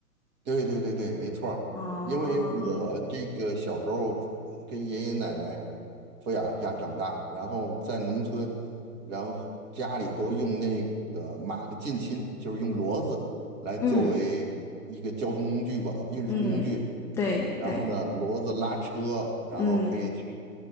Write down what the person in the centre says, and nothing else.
哦，
嗯
嗯，对对，
嗯